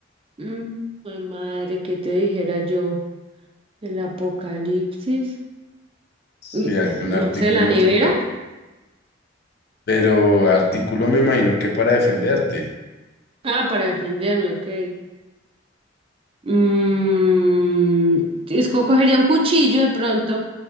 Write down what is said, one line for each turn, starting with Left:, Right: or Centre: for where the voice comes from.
Right: Mm, ay, madre, ¿qué te dijera yo? El apocalipsis.
Left: Sí,
Right: Y,
Left: algún
Right: No
Left: artículo
Right: sé, la nevera.
Left: de tu hogar. Pero artículo me imagino que para defenderte.
Right: Ah, para defenderme, ok. Mm, escogería un cuchillo de pronto.